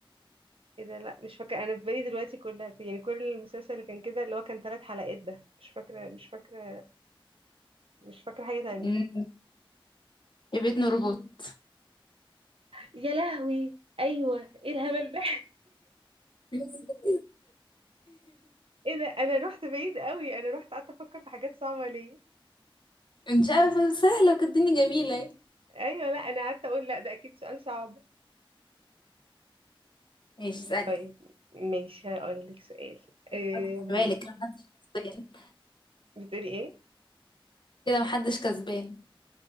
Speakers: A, on the right; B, on the left.
A: ايه ده لا مش فاكره انا في بالي دلوقتي كلها يعني كل المسلسل اللي كان كده اللي هو كان ثلاث حلقات ده مش فاكره مش فاكره مش فاكره حاجه تانية
B: أمم. في بيت روبوت
A: يا لهوي ايوه ايه الهبل ده
B: <laughs>
A: <laughs> ايه ده انا رحت بعيد قوي انا رحت قعدت افكر في حاجات صعبه ليه
B: مش عارفة سهلة وكانت الدنيا جميلة
A: ايوه لا انا قعدت اقول لا ده اكيد سؤال صعب
B: ماشي اسألي
A: طيب ماشي هقول لك سؤال أم،
B: خد بالك كده محدش كسبان
A: بتقولي ايه
B: كده محدش كسبان